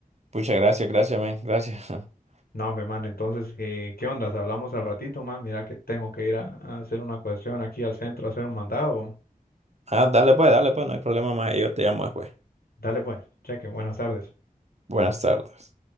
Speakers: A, on the right (about 45°); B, on the left (about 80°).
A: Pucha, gracias, gracias, men, gracias. <laughs>
B: No, hombre, man, entonces, ¿qué, qué ondas? Hablamos al ratito, man. Mira que tengo que ir a, a hacer una cuestión aquí al centro, a hacer un mandado.
A: Ah, dale pues, dale pues, no hay problema más, yo te llamo después.
B: Dale pues, cheque, buenas tardes.
A: Buenas tardes.